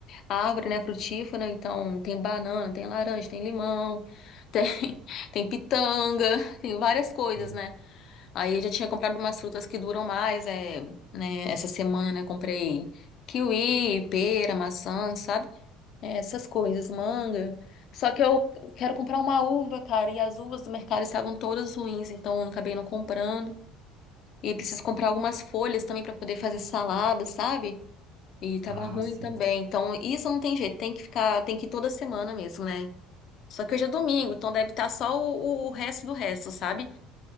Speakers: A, on the left; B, on the right.
A: árvore, né, frutífera. Então, tem banana, tem laranja, tem limão, tem, <laughs> tem pitanga, tem várias coisas,
B: Hum.
A: né? Aí eu já tinha comprado umas frutas que duram mais, é, né? Essa semana eu comprei kiwi, pera, maçã, sabe? É, essas coisas, manga. Só que eu quero comprar uma uva, cara, e as uvas do mercado estavam todas ruins, então eu acabei não comprando. E preciso comprar algumas folhas também para poder fazer salada, sabe? E tava
B: Ah,
A: ruim
B: sim.
A: também. Então, isso não tem jeito, tem que ficar, tem que ir toda semana mesmo, né? Só que hoje é domingo, então deve estar só o, o resto do resto, sabe?